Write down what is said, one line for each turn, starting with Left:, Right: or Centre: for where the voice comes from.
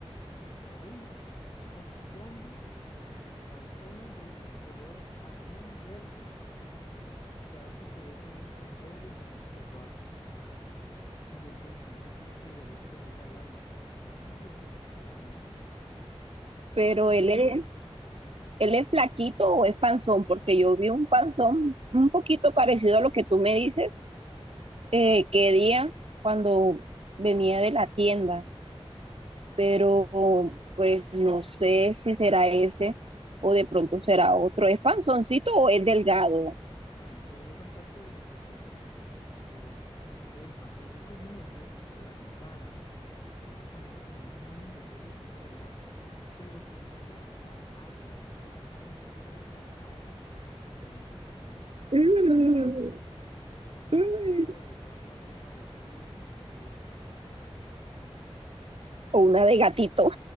Left: ni cabello, ojos grandes, saltones de color azul, verde, y a veces se ve con un sombrero y camisas de cuadro. Y él te siente uno que de verdad que lo mira al alma. Es muy profundo, entonces no, me
Right: Pero
Left: da mucho miedo.
Right: él es, él es flaquito o es panzón, porque yo vi un panzón un poquito parecido a lo que tú me dices, eh, que día cuando venía de la tienda. pero pues no sé si será ese o de pronto será otro. ¿Es panzoncito o es delgado?
Left: Bueno, yo es bastante gruesecito, sí, bastante grueso. Es más, lo vi comiendo por la ventana. Estaba comiendo como un muslo de pollo lleno de grasa, pero tenía la, la salsa regada en toda la cara, comiendo como un,
Right: Mm,
Left: un salvaje. No
Right: mm,
Left: sé si era de verdad una pierna de pollo o, o algo más,
Right: O una de gatito.